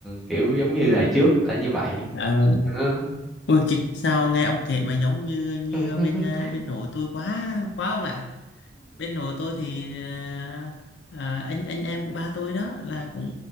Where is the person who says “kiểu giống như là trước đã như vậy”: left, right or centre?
Centre